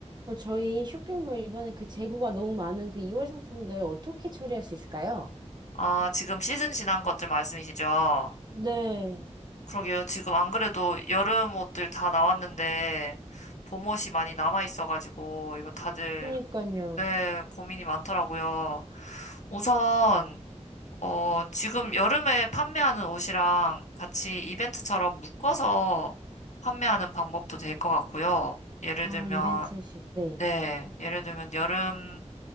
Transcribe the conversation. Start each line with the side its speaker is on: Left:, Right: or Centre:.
Right: 어, 저희 쇼핑몰 이번에 그 재고가 너무 많은 그 2월 상품들 어떻게 처리할 수 있을까요?
Left: 아, 지금 시즌 지난 것들 말씀이시죠?
Right: 네,
Left: 그러게요. 지금 안 그래도 여름 옷들 다 나왔는데 봄 옷이 많이 남아 있어가지고 이거 다들
Right: 그니까요.
Left: 네, 고민이 많더라고요. 우선 어, 지금 여름에 판매하는 옷이랑 같이 이벤트처럼 묶어서 판매하는 방법도 될 것 같고요. 예를
Right: 아,
Left: 들면
Right: 이벤트식, 네.
Left: 네, 예를 들면 여름